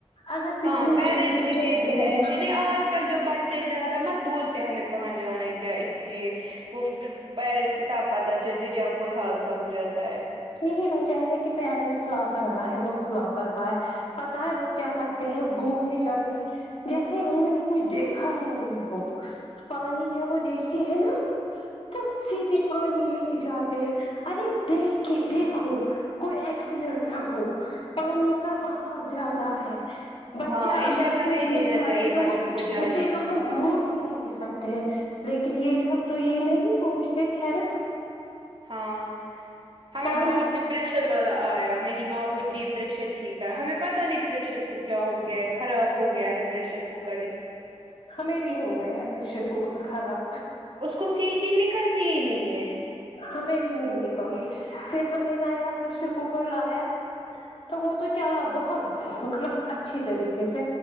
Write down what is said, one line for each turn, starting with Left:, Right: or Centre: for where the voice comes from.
Left: اگر پکنک
Right: ہاں پیرنٹس
Left: جاتے
Right: بھی دیتے
Left: ہو گھوم
Right: ہیں ایسے نہیں آج کل جو بچے زیادہ مت بولتے ہیں ہمیں کہاں جانا ہے کیا اسی لیے وہ پھر پیرنٹس کو تب پتہ چلتی جب کوئی حادثہ ہو جاتا ہے
Left: یہی وجہ ہے کہ پیرنٹس لاپرواہ ہے بہت لاپرواہ ہے پتا ہے وہ کیا کرتے ہیں گھومنے جاتے ہیں جیسے ہی انہوں نے دیکھ کھا ہی نہیں ہو پانی جب وہ دیکھتے ہیں نا تب سیدھے پانی میں ہی جاتے ہیں ارے دیکھ کے دیکھو کوئی ایکسیڈنٹ نہ ہو پانی کا بہاؤ زیادہ ہے بچہ
Right: ہاں ان
Left: اگر
Right: جگہ
Left: اس
Right: نہیں
Left: میں
Right: دینا
Left: گر جائے
Right: چاہیے
Left: تو
Right: بچوں کو جانے
Left: اسے تو ہم ڈھونڈ بھی نہیں سکتے ہیں لیکن یہ سب تو یہ نہیں سوچتے ہے نا
Right: ہاں ہمیں
Left: پانی
Right: باہر سے پریشر والا آیا میری ماں بولی ہے پریشر ٹھیک ہمیں پتہ نہیں پریشر کو کیا ہو گیا ہے خراب ہو گیا ہے پریشر کوکر ہی
Left: ہمیں بھی ہو گیا ہے پریشر کوکر خراب
Right: اس کو سیٹی نکلتی ہی نہیں ہے
Left: ہمیں بھی نہیں نکلتی پھر ہم نے نایا پریشر کوکر لایا تو وہ تو چلا بہت مطلب اچھی طریقے سے